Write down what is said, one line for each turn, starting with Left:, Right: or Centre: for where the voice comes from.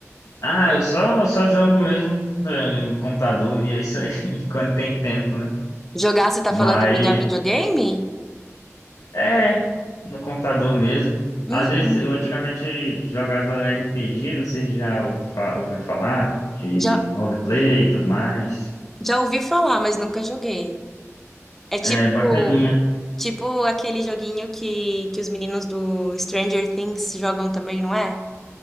Left: ah, eu só, só jogo mesmo eh, no computador e é isso aí, <laughs> quando tem tempo, né?
Centre: Jogar, você tá
Left: Mas
Centre: falando de jogar videogame?
Left: é no computador mesmo.
Centre: Uhum.
Left: Às vezes eu antigamente jogava RPG, não sei se já ouvi fa- ouviu falar, de
Centre: Já,
Left: roleplay e tudo mais.
Centre: já ouvi falar, mas nunca joguei. É tipo,
Left: É bacaninha.
Centre: tipo aquele joguinho que, que os meninos do Stranger Things jogam também, não é?